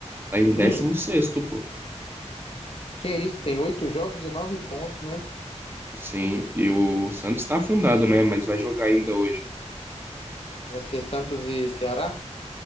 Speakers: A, on the right; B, on the left.
A: tá em
B: Hum,
A: décimo sexto, pô.
B: que isso, tem oito jogos e nove pontos, né?
A: Sim, e o Santos tá afundado, né? Mas vai jogar ainda hoje.
B: Vai ser Santos e Ceará?